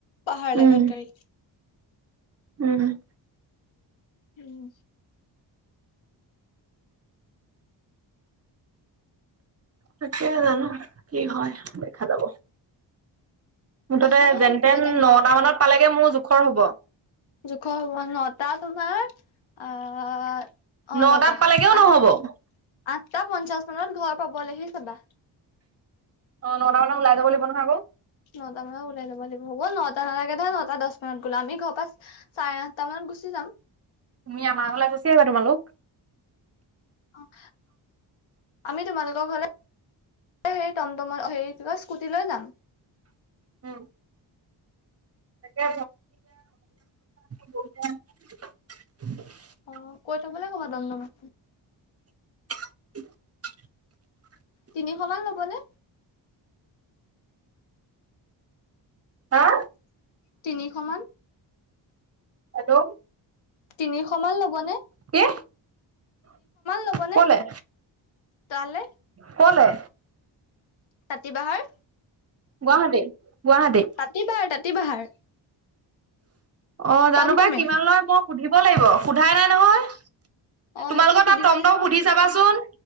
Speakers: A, on the left (about 75°); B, on the right (about 30°).
A: পাহাৰৰ
B: উম
A: লাইনত গাড়ী।
B: উম।
A: উম।
B: তাকেহে জানো কি হয় দেখা যাব। মুঠতে
A: আহা
B: যেনতেন
A: কিবা এটা মিলাই
B: নটা
A: মেলি।
B: মানত পালেগে মোৰ জোখৰ হ'ব।
A: জোখৰ হ'ব ন, নটা তোমাৰ আহ অ'
B: নটাত
A: নটা,
B: পালেগেও নহ'ব।
A: আঠ
B: অ
A: আঠটা পঞ্চাশ মানত ঘৰ পাবলৈহি চাবা?
B: অ' নটা মানত ওলাই যাব লাগিব নহয় আকৌ?
A: নটা মানত ওলাই যাব লাগিব, হ'ব নটা নালাগে ধৰা নটা দহ মানত গ'লা। আমি ঘৰৰ পৰা চাৰে আঠটা মানত গুচি যাম?
B: তুমি আমাৰঘৰলে গুচি আহিবা তোমালোক?
A: অ'। আমি তোমালোকৰ ঘৰলে- হে টমটম -হেৰি লৈ স্কুটি লৈ যাম।
B: উ তাকে <inaudible> উ <inaudible>
A: অ, কৈ থবলৈ কবা দ <unintelligible> ম
B: <inaudible>
A: তিনিশ মান ল'বনে?
B: হা'?
A: তিনিশ মান?
B: হেল্ল'?
A: তিনিশ মান ল'ব নে?
B: কি,
A: ল'বনে
B: ক'লে,
A: তালে
B: কলে
A: তাতি বাঁহৰ
B: গুৱাহাটী, গুৱাহাটী।
A: তাতিবাৰ, তাতিবাহাৰ।
B: অ' জানো
A: টমটমে
B: পায় কিমান লয়, মই সুধিব লাগিব সোধাই নাই নহয়।
A: অ
B: তোমালোকৰ
A: সেইটো সুধি
B: তাত টমটম
A: মেলি চাবচোন
B: সুধি চাবাচোন?